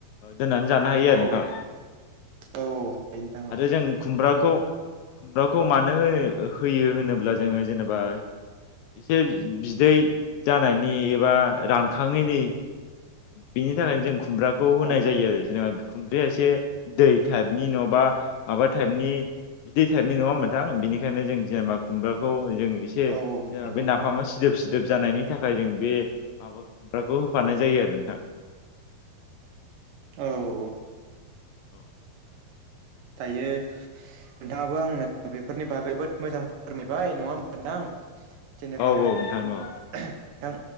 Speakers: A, on the left; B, on the right.
A: दोननानै जानो हायो
B: औ
A: आरो नोंथां।
B: औ औ। नोंथां
A: आरो जों खुमब्राखौ खुमब्राावखौ मानो होयो होनोब्ला जोङो जेनेबा एसे बिदै जानायनि एबा रानखाङैनि बेनि थाखायनो जों खुमब्राखौ होनाय
B: औ
A: जायो आरो जेनेबा खुमब्राया एसे दै टाइपनि न' बा माबा टाइपनि दै टाइपनि नङा होनोनथां बेनिखायनो जों जेनेबा खुम्ब्राखौ जों एसे
B: औ
A: जेनेबा
B: औ नंगौ
A: बे
B: नोंथां
A: नाफामा सिदोब सिदोब जानायनि थाखाय जों बे माबा खुमब्राखौ होफानाय जायो आरो नोंथां। <unintelligible>
B: औ औ।
A: औ
B: दायो नोंथाङाबो आंनो बेफोरनि बागै जोबोद मोजां फोरमायबाय नङा होनबा नोंथां। जेनेबा
A: औ नोंथां
B: नोंथां
A: औ